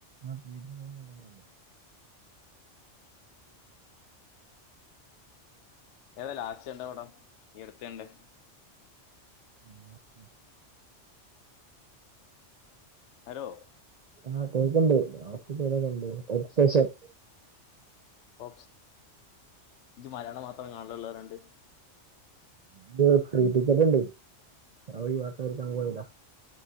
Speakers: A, on the right; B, on the left.
A: ആഹ് തിയേറ്ററിൽ പോയ്‌ കാണാറുണ്ട്
B: ഏതാ ലാസ്റ്റ് കണ്ട പടം ഏതൊക്കെയാ കണ്ടെ
A: <unintelligible>
B: ഹലോ
A: ആ കേൾക്കണ്ട് <unintelligible> ഓബ്സേഷൻ
B: <unintelligible> മലയാളം മാത്രം കാണണ പിള്ളേരുണ്ട്
A: ഇത് ഫ്രീ ടിക്കറ്റുണ്ട് <unintelligible>